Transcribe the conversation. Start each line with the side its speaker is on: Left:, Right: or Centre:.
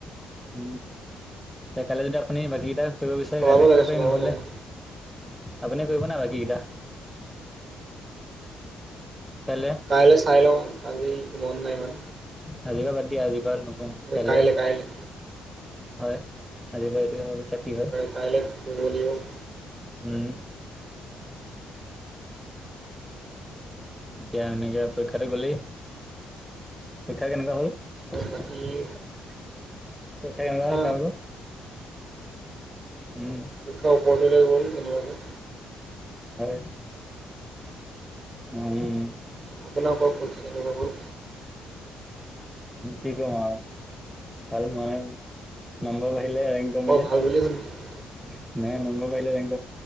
Centre: উম' কাইলে যদি আপুনি বাকীকেইটা- কৰিব বিচাৰে
Right: চলাব
Centre: কাইলে
Right: লাগে
Centre: কৰিব
Right: চলাব
Centre: পাৰিম নহ'লে,
Right: লাগে
Centre: আপুনি কৰিব নি বাকীকেইটা। কাইলে।
Right: কাইলে চাই লওঁ আজি মন নাই ইমান।
Centre: আজিপা বাদ দিয়া, আজিপা নকওং কাইলে-
Right: এই কাইলৈ কাইলৈ
Centre: হয়, আজি পৰা এইটোৱে ভাবি থাক কি হয়?
Right: কাইলে কৰিব লাগিব।
Centre: উম' এতিয়া এনেকে পৰীক্ষাতো গ'লেই। পৰীক্ষা কেনেকুৱা হল? পৰীক্ষা
Right: বাকী পৰীক্ষা
Centre: কেনেুৱা হল কোৱা আকউ। উম
Right: পৰীক্ষা ওপৰ তেলে গ'ল কেনেবাকে।
Centre: পাৰে উম
Right: আপোনা কক কোন
Centre: কি কম আৰু ভাল হোৱা নাই নম্বৰ বাহিলে কমিলে।
Right: মই ভাল
Centre: নাই
Right: বুলি শুনিলোঁ
Centre: নম্বৰ বাহিলে ৰেং